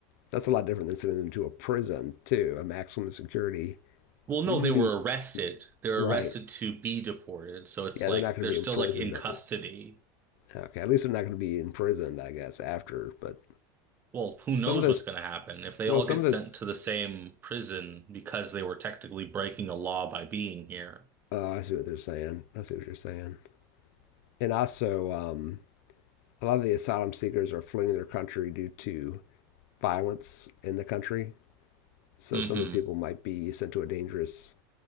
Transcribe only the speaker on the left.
that's a lot different than sending them to a prison too, a maximum security.
We need
to
be
right.
Yeah,
they're not going
to be
imprisoned
at
least. Okay, at least they're not going to be imprisoned, I guess, after. But
some
of those,
well,
some
of
those
Oh, I see what they're saying. I see what you're saying. And also, um, a lot of the asylum seekers are fleeing their country due to violence in the country. So
some of the people might be sent to a dangerous